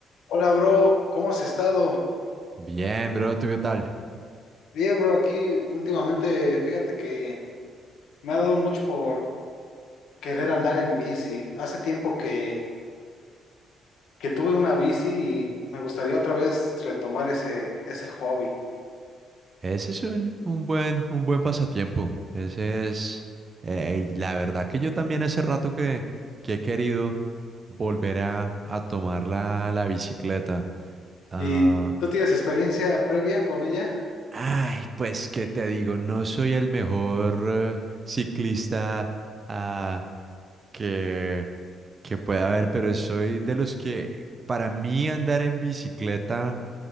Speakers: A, on the left; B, on the right.
A: Hola, bro, ¿cómo has estado?
B: Bien, bro, ¿tú qué tal?
A: Bien, bro, aquí últimamente, fíjate que me ha dado mucho por querer andar en bici. Hace tiempo que, que tuve una bici y me gustaría otra vez retomar ese, ese hobby.
B: Ese es un, un buen, un buen pasatiempo. Ese es, eh, y la verdad que yo también hace rato que, que he querido volver a, a tomar la, la bicicleta. Ah,
A: ¿Y tú tienes experiencia previa con ella?
B: ay, pues qué te digo, no soy el mejor eh, ciclista ah, que, que pueda haber, pero soy de los que para mí andar en bicicleta